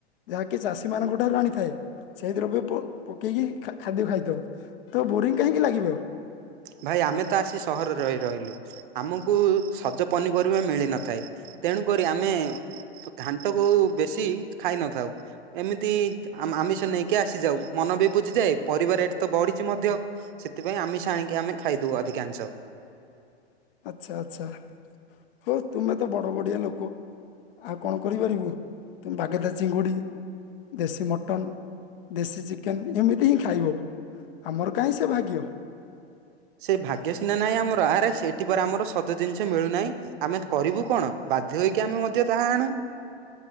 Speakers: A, on the left; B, on the right.
A: ଯାହାକି ଚାଷୀ ମାନଙ୍କ ଠାରୁ ଆଣିଥାଏ। ସେଇ ଦ୍ରବ୍ୟ ପ-ପକେଇକି ଖା-ଖାଦ୍ୟ ଖାଇଥାଉ ତ ବୋରିଂ କାହିଁକି ଲାଗିବ ଆଉ।
B: ଭାଇ ଆମେ ତ ଆସି ସହରରେ ରହି- ରହିଲୁ ଆମକୁ ସଜ ପନିପରିବା ମିଳିନଥାଏ। ତେଣୁ କରି ଆମେ ତ ଘାଣ୍ଟ କୁ ବେଶୀ ଖାଇ ନଥାଉ ଏମିତି ଆ-ଆମିଷ ନେଇକି ଆସିଯାଉ ମ ମନ ବି ବୁଝିଯାଏ, ପାରିବା ରେଟ ତ ବଢିଛି ସେଥିପାଇଁ ଆମିଶ ଆ କି ଆମେ ଖାଇଦଉୁ ଅଧିକାଂଶ।
A: ଆଚ୍ଛା ଆଛା ହଉ ତୁମେ ତ ବଡ ବଡିଆ ଲୋକ। ଆଉ କଣ କରିପାରିବୁ ତୁମେ ବାଗେଦା ଚିଙ୍ଗୁଡି ଦେଶୀ ମଟନ ଦେଶୀ ଚିକେନ ଏମିତି ହିଁ ଖାଇବ। ଆମର କାହିଁ ସେ ଭାଗ୍ୟ।
B: ସେ ଭାଗ୍ୟ ସିନା ନାଇଁ ଆମର ଆରେ ସେଠି ପରେ ଆମର ସଜ ଜିନିଷ ମିଳୁନାହିଁ ଆମେ କରିବୁ କଣ ବା ବାଧ୍ୟ ହୋଇକି ଆମେ ମଧ୍ୟ ତାହା ଆଣୁ।